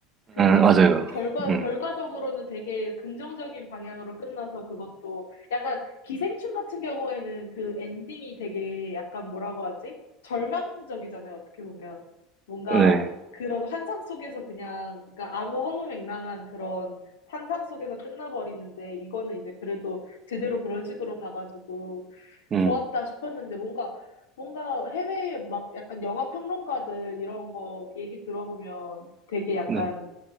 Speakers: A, on the left (about 70°); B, on the right (about 35°).
A: 근데
B: 아, 맞아요.
A: 결과,
B: 음,
A: 결과적으로는 되게 긍정적인 방향으로 끝나서 그것도 약간 기생충 같은 경우에는 그 엔딩이 되게 약간 뭐라고 하지? 절망적이잖아요, 어떻게 보면. 뭔가
B: 네.
A: 그런 환상 속에서 그냥, 그러니까 아무 허무맹랑한 그런 상상 속에서 끝나버리는데 이거는 이제 그래도 제대로 그런 식으로 가가지고
B: 음.
A: 좋았다 싶었는데 뭔가 뭔가 해외에 막 약간 영화 평론가들 이런 거 얘기 들어보면 되게 약간
B: 네.